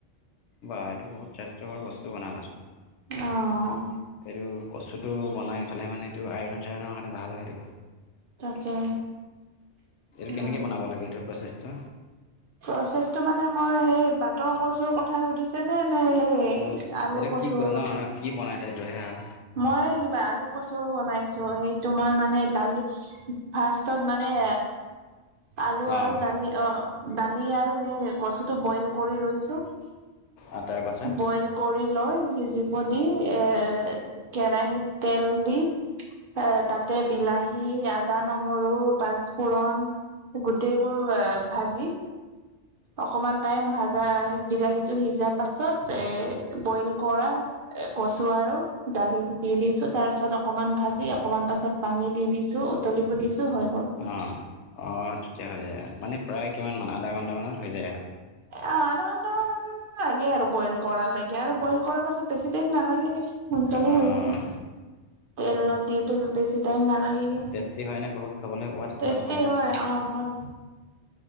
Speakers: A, on the left; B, on the right.
A: বা এইটো বহুত স্বাস্থ্যকৰ বস্তু বনালা।
B: অ'।
A: এইটো কচুটো বনাই খালে মানে এইটো আইৰণ চাইৰনৰ কাৰণে ভাল হয় এইটো।
B: তাকে
A: এইটো কেনেকে
B: অ
A: বনাব লাগে এইটো প্ৰচেছটো
B: প্ৰচেছটো মানে মোৰ সেই বাটৰ কচুৰ কথা সুধিছে নে, নে সেই আলু,
A: এইটো
B: কচুৰ
A: কি ক ন
B: কথা
A: ন কি বনাইছা এইটোহে আৰু
B: মই এই কিবা আলু, কচুৰ বনাইছোঁ সেই তোমাৰ মানে দালি ফাৰ্ষ্টত মানে আলু আৰু
A: অঁ
B: দালি অ, দালি আৰু সেই কচুটো বইল কৰি লৈছো
A: আঠটাই পাইচে
B: বইল কৰি লয় সিজিব দি এ কেৰাহিত তেল দি এ তাতে বিলাহী, আদা, নহৰু, পাঁচপোৰণ গোটেইবোৰ ভাজি অকমান টাইম ভাজা বিলাহী টো সিজা পাছত এ বইল কৰা এ কচু আৰু দালিটো দি দিছো তাৰ পাছত অকমান ভাজি অকমান পাছত পানী দি দিছোঁ, উতলিব দিছো হয়
A: অ অ তেতিয়া হৈ যায় আৰু মানে প্ৰায় কিমান মান আধা ঘণ্টামানত হৈ যায় আও
B: এ আধা ঘণ্টামান লাগে আৰু বইল কৰাৰ লৈকে আৰু বইল কৰা পাছত বেছি টাইম নালাগে সোনকালে
A: অঁ
B: হৈ যায় তেলত দিওঁ তে বেছি টাইম নালাগে দিয়া।
A: টেষ্টি হয়নে বহুত খাবলৈ সোৱাদ সোৱাদ
B: তেষ্টি
A: ন
B: হয় অ হয়